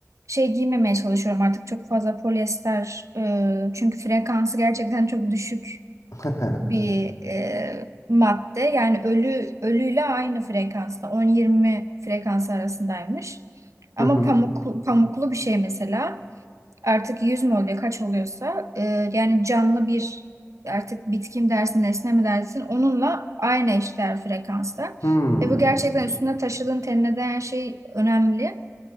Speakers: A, on the right; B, on the left.
A: şey giymemeye çalışıyorum artık çok fazla polyester e, çünkü frekansı gerçekten çok düşük
B: <laughs>
A: bir e, madde. Yani ölü ölüyle aynı frekansta 10-20 frekans arasındaymış. Ama
B: Hı hı.
A: pamuk, pamuklu bir şey mesela artık 100 mü oluyor kaç oluyorsa e, yani canlı bir artık bitki mi dersin nesne mi dersin onunla aynı eşdeğer frekansta.
B: Hmm.
A: Ve bu gerçekten üstünde taşıdığın tenine değen şey önemli.